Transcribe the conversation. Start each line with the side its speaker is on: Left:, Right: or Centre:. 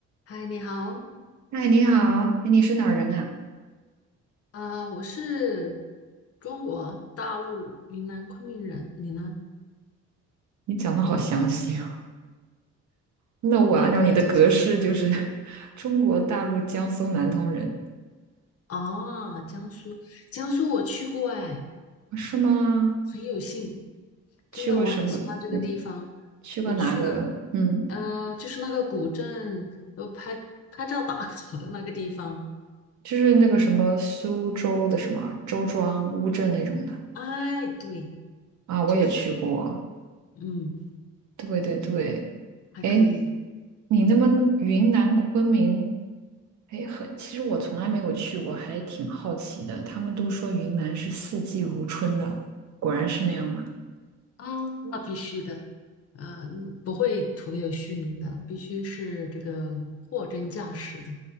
Left: 嗨，你好，
Right: 嗨，你好，哎，你是哪儿人啊？
Left: 啊、我是中国大陆云南昆明人，你呢？
Right: 你讲的好详细哦。那我按照你的格式就是
Left: 你也可以讲江苏
Right: <laughs> 中国大陆江苏南通人，
Left: 啊，江苏，江苏我去过，哎，
Right: 是吗？
Left: 很有幸，
Right: 去过什么？
Left: 真的，我很喜欢这个地方，
Right: 嗯，去过哪个？
Left: 我去了，
Right: 嗯，
Left: 呃，就是那个古镇，我拍拍照打卡的那个地方，
Right: 就是那个什么苏州的什么周庄、乌镇那种的
Left: 哎，对，
Right: 啊，我也去过。
Left: 就是它，嗯，
Right: 对对对，
Left: 还可以
Right: 哎，你那么云南昆明，哎，很，其实我从来没有去过，还挺好奇的。他们都说云南是四季如春的，果然是那样吗？
Left: 啊，那必须的。嗯，呃不会徒有虚名的，必须是这个货真价实的。